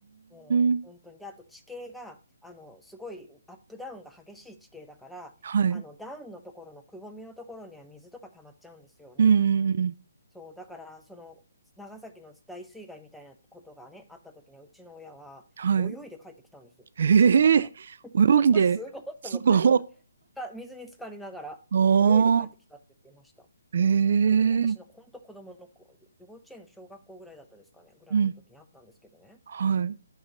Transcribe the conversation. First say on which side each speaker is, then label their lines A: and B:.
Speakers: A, in the centre; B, on the right (about 55°).
A: もう本当に。
B: うーん、
A: で、あと地形が、あの、すごいアップダウンが激しい地形だから、
B: はい。
A: あの、ダウンのところのくぼみのところには水とか溜まっちゃうんですよね。
B: うん、うん、うん。
A: そう、だから、その、長崎の大水害みたいなことがね、あった時には、うちの親は、
B: はい。
A: 泳いで帰ってきたんですよ。
B: ええ、
A: 職場から。
B: 泳ぎで、
A: <laughs> すごいと思って、
B: すごい。
A: うん。か水に浸かりながら、
B: あ
A: 泳いで帰ってきたって言ってました。
B: あ、え
A: びっくり。私の本当子供の子、
B: え、
A: 幼稚園、小学校ぐらいだったですかね、ぐらいの時にあったんですけどね。
B: うん、はい。